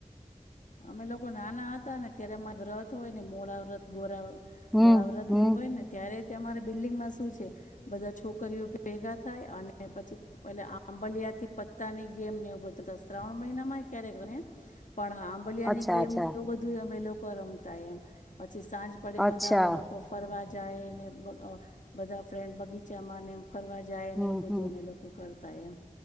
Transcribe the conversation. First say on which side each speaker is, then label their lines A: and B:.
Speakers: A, on the left (about 75°); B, in the centre.
A: અમે લોકો નાના હતા ને ત્યારે અમાર વ્રત હોય ને મોડા વ્રત ગોરા
B: હમ
A: મોડા વ્રત
B: હમ
A: ને એવું હોય ને ત્યારે તે અમારે બિલ્ડિંગમાં શું છે તે. બધા છોકરીઓ ભેગા થાય અને પછી એટલે આંબલિયા થી પત્તાની ગેમ ને એ બધ ત્રસા શ્રાવણ મહિનામાં કયારે ગને પણ આાંબલિયાની
B: અચ્છા
A: ગેમ
B: અચ્છા
A: એટલું બધું અમે લોક કો રમતા એમ પ છી સાંજ પડે
B: અચ્છા
A: બધા અમે લોકો ફરવા જાય ને બ અહ બધા ફ્રેન્ડ બગીચામાં અને ફરવા જાય
B: હમ
A: ને એવું બધું
B: હમ
A: અમે લોકો કરતા એમ